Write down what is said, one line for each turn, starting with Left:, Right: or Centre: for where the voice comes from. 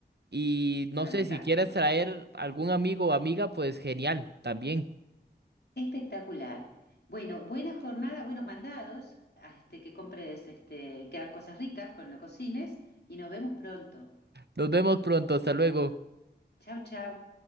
Right: Y no
Left: Fantástico.
Right: sé, si quieres traer algún amigo o amiga, pues genial, también.
Left: Espectacular. Bueno, buena jornada, buenos mandados, a este, que compres, este, que hagas cosas ricas con lo cocines y nos vemos pronto.
Right: Nos vemos pronto, hasta luego.
Left: Chao, chao.